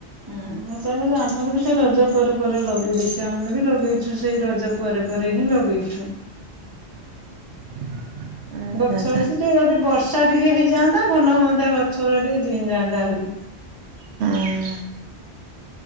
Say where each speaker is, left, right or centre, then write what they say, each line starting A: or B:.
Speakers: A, on the right; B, on the right.
A: ଉୁଁ ହ ତାହେଲେ ଆମର ବି ସେ ରଜ ପରେ ପରେ ଲଗେଇ ଦେଇଛ ଆମେ ବି ଲଗେଇଛୁ ସେଇ ରଜ ପରେ ପରେ ହିଁ ଲଗେଇଛୁ।
B: <unintelligible> ଆଚ୍ଛା
A: ଗଛ
B: ଆଚ୍ଛା
A: ଅଛି ଟିକେ ଯଦି ବର୍ଷା ଟିକେ ହେଇଯାଆନ୍ତା ଭଲ ହଅନ୍ତା ଗଛ ଗୁରା ଟିକେ ଜିଇ ଯାନ୍ତା ଆହୁରି।
B: ହଁ